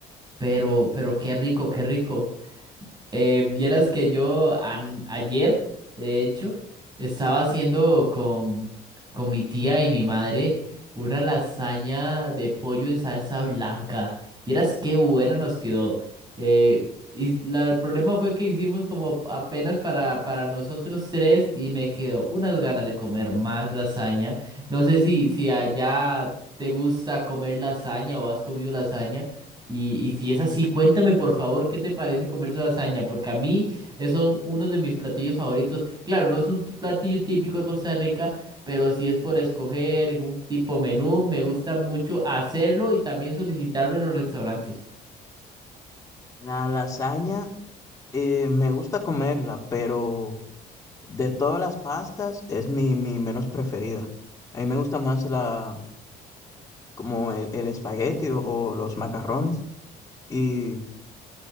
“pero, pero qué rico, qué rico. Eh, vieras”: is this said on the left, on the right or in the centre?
Right